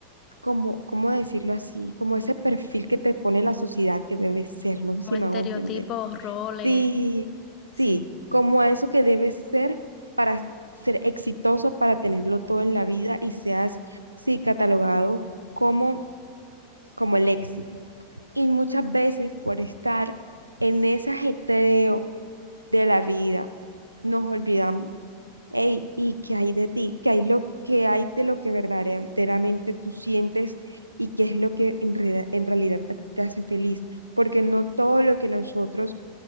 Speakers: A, on the right; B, on the left.
A: como, ¿cómo decirlo así? Como ese perfil que te pone la sociedad que debes ser, no sé
B: Como
A: si
B: estereotipos,
A: me hago entender.
B: roles,
A: Sí,
B: sí,
A: sí, como a eso que debes ser para ser exitoso, para tenerlo todo en la vida y seas, sí, catalogado como, como el éxito. Y muchas veces por estar en ese ajetreo de la vida, nos olvidamos Ey, ¿y qué hay de ti? ¿Qué hay lo que hay de lo que verdaderamente tú sientes y qué es lo que en, reda- en realidad a ti te hace feliz? Porque no todo lo que nosotros